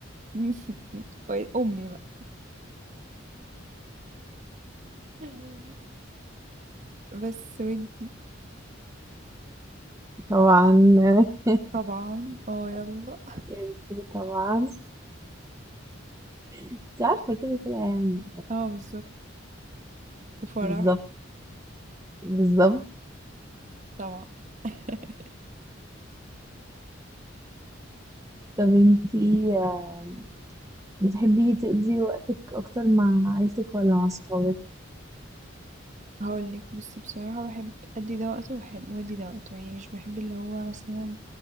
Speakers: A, on the right; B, on the right.
A: <laughs> كويس- امي بقى <laughs> بس ودي
B: طبعا <laughs>
A: طبعا اه يلا
B: انتي طبعا انتي عارفة كده كده يعني
A: اه بالظبط وفرح
B: وبالظبط بالظبط
A: طبعا <laughs>
B: طب انتي آم، بتحبي تقضي وقتك اكتر مع عيلتك ولا مع صحابك
A: هقول لك بصي بصراحة بحب أدي ده وقته وبحب وأدي ده وقته يعني مش بحب اللي هو مثلا